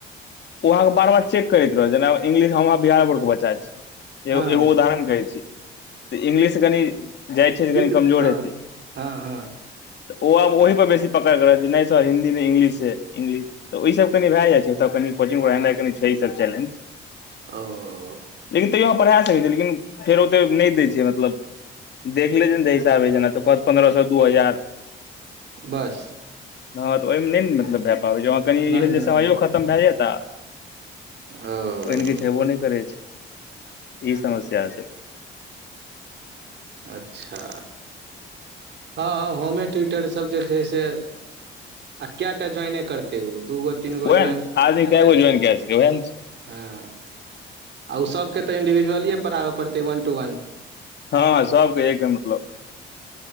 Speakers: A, on the left; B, on the right.
A: ओ अहाँके बार बार चेक करैत रह जेना इंग्लिश हमहाँ बिहार बोर्ड के बच्चा छी एगो
B: हँ
A: एगो उदाहरण कहै छी तऽ इंग्लिश कनि जाइ छियै
B: विक
A: कमजोर
B: हँ
A: हेतै
B: हँ हँ
A: तऽ ओ आब ओहि पर बेसी पकड़ के रहै छै नहि सर हिन्दी नहि इंग्लिश छै तऽ ओहिसभ कनि भए जाइ छै। ए तऽ कनि कोचिंग जेनाइ कनि छै ईसभ चैलेंज
B: ओ
A: लेकिन तैयो पढ़ा <unintelligible> लेकिन फेर ओते नय दै छै मतलब देखले थि ने साब पर पन्द्रह सए दू हजार
B: बस
A: हँ तऽ ओई मे नय ने मतलब भए पाबै छै वह कनि ई
B: नहि
A: भेल जे
B: नहि
A: समाइयो
B: नहि
A: खतम भए जायता
B: ओ
A: ओहेन किछ हेबो नय करै छै, ई समस्या छै
B: अच्छा हँ, हँ, होमे ट्विटर सब जे छै से, आ कए टा ज्वाइने करत एगो दूगो तीन गो
A: ओएह
B: ज्वाइन
A: ने आदमी कए गो ज्वाइन कए सकै ओएह ने छै
B: हाँ आ उ सभके तऽ इंडिविजुअलिए पढ़ाब पड़तै वन टू वन
A: हँ सबके एक दम मतलब